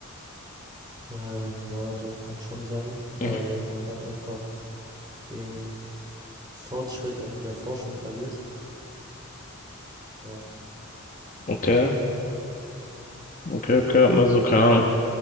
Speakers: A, on the right; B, on the left.
A: Ähm, ja, doch, kann schon sein, weil
B: Mhm.
A: man dann einfach den Fortschritt an der Forschung verliert. Ja.
B: Okay, okay, okay, also keine Ahnung.